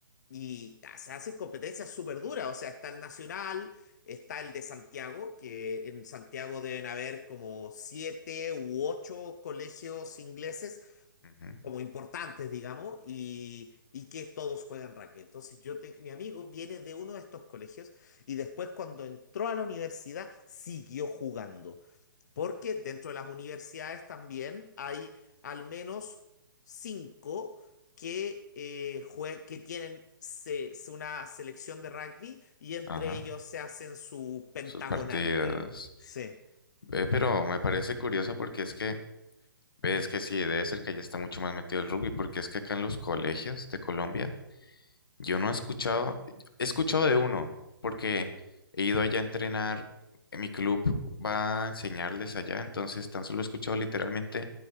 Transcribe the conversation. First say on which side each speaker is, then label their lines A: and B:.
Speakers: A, on the left; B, on the left.
A: y se hacen competencias súper duras. O sea, está el Nacional, está el de Santiago, que en Santiago deben haber como siete u ocho colegios ingleses
B: Ujú,
A: como importantes, digamos, y, y que todos juegan rugby. Entonces, yo te- mi amigo viene de uno de estos colegios y después cuando entró a la universidad siguió jugando, porque dentro de las universidades también hay al menos cinco que, eh, jue- que tienen se- se- una selección de rugby y entre
B: Ajá.
A: ellos se hacen su pentagonal,
B: Sus partidas.
A: digamos. Sí,
B: Ve, pero me parece curioso porque es que, ves que sí, debe ser que allá está mucho más metido el rugby, porque es que acá en los colegios de Colombia Yo no he escuchado, he escuchado de uno, porque he ido allá a entrenar, eh, mi club va a enseñarles allá, entonces tan solo he escuchado literalmente